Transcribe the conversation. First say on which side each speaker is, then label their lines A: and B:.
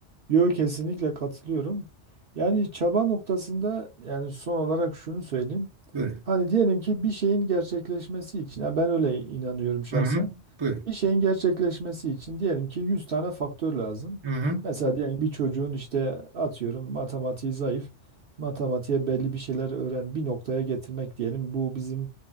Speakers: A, on the right (about 55°); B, on the right (about 25°).
A: Yo kesinlikle katılıyorum. Yani çaba noktasında yani son olarak şunu söyleyeyim.
B: Buyurun.
A: Hani diyelim ki bir şeyin gerçekleşmesi için, yani ben öyle inanıyorum şahsen.
B: Hı hı. Buyurun.
A: Bir şeyin gerçekleşmesi için diyelim ki 100 tane faktör lazım.
B: Hı hı.
A: Mesela diyelim bir çocuğun işte atıyorum matematiği zayıf. Matematiğe belli bir şeyler öğren, bir noktaya getirmek diyelim. Bu bizim